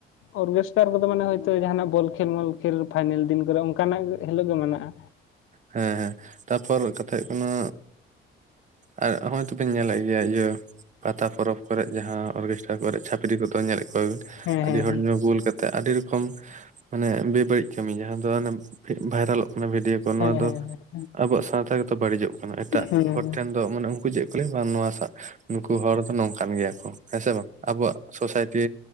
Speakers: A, on the left; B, on the right.
A: ᱚᱨᱜᱮᱥᱴᱟᱨ ᱠᱚᱫᱚ ᱢᱟᱱᱮ ᱦᱳᱭᱛᱳ ᱡᱟᱦᱟᱱᱟᱜ ᱵᱚᱞ ᱠᱷᱮᱞ ᱢᱚᱞ ᱠᱷᱮᱞ ᱯᱷᱟᱭᱱᱮᱞ ᱫᱤᱱ ᱠᱚᱨᱮ, ᱚᱱᱠᱟᱱᱟᱜ ᱦᱤᱞᱳᱜ ᱜᱮ ᱢᱮᱱᱟᱜ-ᱟ᱾
B: ᱦᱮᱸ ᱦᱮᱸ ᱛᱟᱨᱯᱚᱨ ᱠᱟᱛᱷᱟ ᱦᱩᱭᱩᱜ ᱠᱟᱱᱟ ᱟᱨ ᱦᱚᱜ ᱛᱚᱵᱤᱱ ᱧᱮᱞᱮᱫ ᱜᱮᱭᱟ, ᱤᱭᱟᱹ ᱯᱟᱛᱟ ᱯᱚᱨᱚᱵᱽ ᱠᱚᱨᱮ ᱡᱟᱦᱟᱸ ᱚᱨᱠᱮᱥᱴ ᱪᱷᱟᱯᱨᱤ ᱠᱚᱫᱚ ᱧᱮᱞᱮᱫ ᱠᱚᱣᱟ ᱵᱤᱱ᱾
A: ᱦᱮᱸ
B: ᱟᱹᱰᱤ
A: ᱦᱮᱸ
B: ᱦᱚᱲ ᱧᱩ ᱵᱩᱞ ᱠᱟᱛᱮ ᱛᱮ ᱟᱹᱰᱤ ᱨᱚᱠᱚᱢ ᱢᱟᱱᱮ ᱵᱮᱼᱵᱟᱹᱲᱤᱡ ᱠᱟᱹᱢᱤ ᱡᱟᱦᱟᱸ ᱫᱚ ᱚᱱᱮ ᱵᱷᱟᱭᱨᱟᱞᱚᱜ ᱠᱟᱱᱟ᱾ ᱵᱷᱤᱰᱭᱳ ᱠᱚ ᱱᱚᱣᱟ
A: ᱦᱮᱸ ᱦᱮᱸ
B: ᱫᱚ
A: ᱦᱮᱸ᱾
B: ᱟᱵᱚᱣᱟᱜ ᱥᱟᱶᱛᱟ ᱜᱮᱛᱚ ᱵᱟᱹᱲᱤᱡᱚᱜ ᱠᱟᱱᱟ ᱮᱴᱟᱜ
A: ᱦᱮᱸ ᱦᱮᱸ ᱦᱮᱸ
B: ᱦᱚᱲ ᱴᱷᱮᱱ ᱫᱚ ᱢᱟᱱᱮ ᱩᱱᱠᱩ ᱪᱮᱫ ᱠᱚ ᱞᱟᱹᱭ ᱟ ᱵᱟᱝ ᱱᱚᱣᱟ ᱥᱟᱶ ᱱᱩᱠᱩ ᱦᱚᱲ ᱫᱚ ᱱᱚᱝᱠᱟᱱ ᱜᱮᱭᱟ ᱠᱚ ᱦᱮᱸ ᱥᱮ ᱵᱟᱝ ᱟᱵᱚᱣᱟᱜ? ᱥᱳᱥᱟᱭᱴᱤ